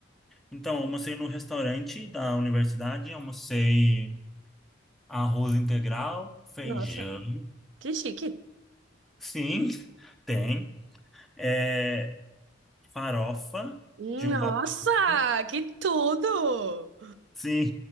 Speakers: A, in the centre; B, on the right (about 70°).
A: Então, almocei no restaurante da universidade, almocei arroz integral, feijão,
B: Nossa, que chique.
A: sim, <laughs> tem, é, farofa
B: Nossa,
A: de uva passa,
B: que tudo!
A: sim,